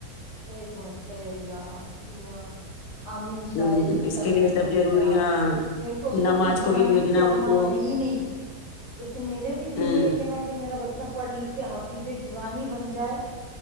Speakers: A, on the right; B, on the left.
A: صحیح بات صحیح اللہ آپ کی دعا امین شاید
B: ہ
A: ان
B: اس
A: شاء
B: کے
A: اللہ
B: لیے سب
A: میرا
B: ضروری
A: بچہ حافظ
B: ہاں
A: میرے کو اس کو
B: نماز
A: کچھ بنانے
B: بھی بھیجنا
A: کی ارمان
B: ان کو
A: ہے ہی نہیں جیسے میرے بھی دل
B: ہوں
A: میں ایک ہے نا کہ میرا بچہ اچھا پڑھ لکھ کے حفیظ قرآان ہی بن جائے